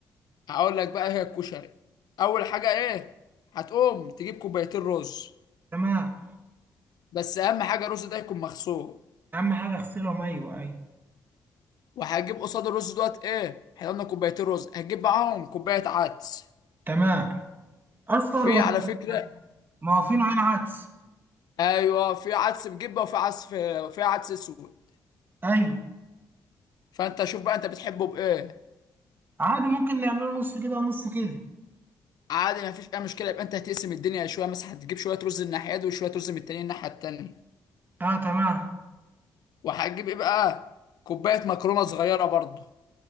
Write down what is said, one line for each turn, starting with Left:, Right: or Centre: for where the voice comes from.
Left: هقول لك بقى إيه هي الكشري اول حاجه ايه هتقوم تجيب كوبايتين رز
Right: تمام
Left: بس اهم حاجه الرز ده يكون مغسول
Right: اهم حاجه اغسلهم ايوه ايوه
Left: وهجيب قصاد الرز دوت ايه احنا قلنا كوبايتين رز هجيب معاهم كوبايه عدس
Right: تمام اصفر
Left: في
Right: ولا
Left: على فكره
Right: ما هو في نوعين عدس
Left: ايوه في عدس بجبه وفي عدس في, في عدس اسود
Right: ايوه
Left: فانت شوف بقى انت بتحبه بايه
Right: عادي ممكن نعمله نص كده ونص كده
Left: عادي ما فيش اي مشكله يبقى انت هتقسم الدنيا شويه مثلا هتجيب شويه رز من الناحيه دي وشويه رز من التانيين الناحيه التانيه
Right: اه تمام
Left: وهتجيب ايه بقى كوبايه مكرونه صغيره برضه